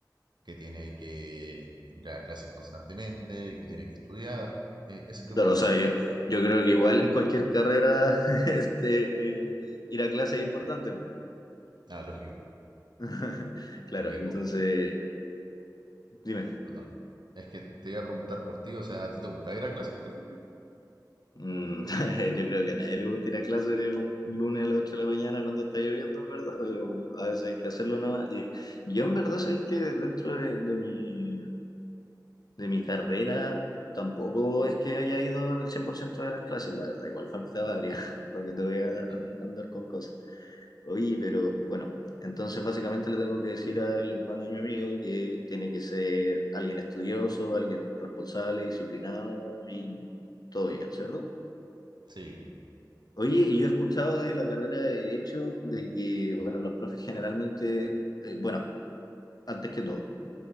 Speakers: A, on the right; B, on the left.
A: que tiene que ir a clases constantemente, que tiene que estudiar, eh, ese
B: Claro,
A: tipo de
B: o
A: cosas.
B: sea, yo, yo creo que igual en cualquier carrera, <laughs> este, eh, ir a clase es importante.
A: Ah, lógico,
B: <laughs>
A: lógico,
B: Claro, entonces,
A: uy,
B: dime,
A: perdón. Es que te iba a preguntar por ti, o sea, ¿a ti te gusta ir a clases, por ejemplo?
B: mm, <laughs> yo creo que a nadie le gustaría ir a clase un lunes a las 8 de la mañana cuando está lloviendo, en verdad, pero a veces hay que hacerlo nada más. Y yo en verdad sabéis que dentro de, de mi, de mi carrera tampoco es que haya ido el 100% de las clases, la verdad, igual faltaba varias, <laughs> porque te voy a an-
A: Ye-
B: andar con cosas. Oye, pero bueno, entonces básicamente le tengo que decir al hermano de mi amigo que tiene que ser alguien estudioso, alguien responsable, disciplinado y todo bien, ¿cierto?
A: Sí,
B: Oye, y yo he escuchado de la carrera de Derecho de que, bueno, los profes generalmente, eh, bueno, antes que todo,